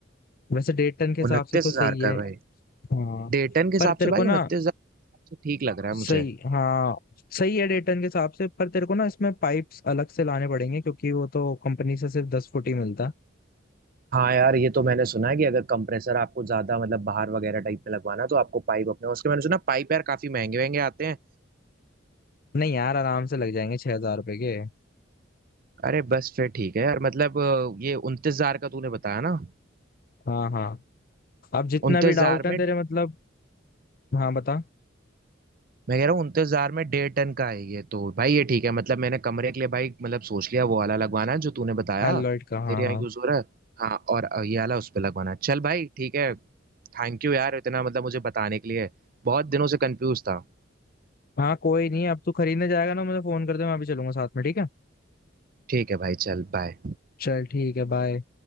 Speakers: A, on the left; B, on the right.
A: वैसे डेढ़ टन के हिसाब
B: उनतीस
A: से तो
B: हजार
A: सही है
B: का है भाई
A: हाँ
B: डेढ़ टन के हिसाब
A: पर तेरे
B: से
A: को
B: भाई
A: ना
B: उनतीस हजार तो ठीक लग रहा है मुझे
A: सही हाँ सही है डेढ़ टन के हिसाब से पर तेरे को ना इसमें पाइप्स अलग से लाने पड़ेंगे क्योंकि वो तो कंपनी से सिर्फ दस फुट ही मिलता
B: हाँ यार ये तो मैंने सुना है कि अगर कंप्रेसर आपको ज्यादा मतलब बाहर वगैरह टाइप में लगवाना है, तो आपको पाइप अपने उसके मैंने सुना पाइप यार काफी महंगे महंगे आते हैं
A: नहीं यार आराम से लग जाएंगे छह हजार रुपए के
B: अरे बस फिर ठीक है यार मतलब अ, ये उनतीस हजार का तूने बताया ना
A: हाँ हाँ अब जितना
B: उनतीस
A: भी डाउट
B: हजार
A: है
B: में
A: तेरे मतलब हाँ बता
B: मैं कह रहा हूँ उनतीस हजार में डेढ़ टन का है ये तो भाई ये ठीक है मतलब मैंने कमरे के लिए भाई मतलब सोच लिया वो वाला लगवाना है जो तूने बताया
A: एलॉयड का हाँ
B: तेरे
A: हाँ
B: यहाँ यूज हो रहा है हाँ और अ, ये वाला उस पर लगवाना है। चल भाई ठीक है थैंक यू यार इतना मतलब मुझे बताने के लिए बहुत दिनों से कंफ्यूज था
A: हाँ कोई नहीं अब तू खरीदने जाएगा ना मुझे फोन कर दे मैं अभी चलूंगा साथ में ठीक है
B: ठीक है भाई चल बाय
A: चल ठीक है बाय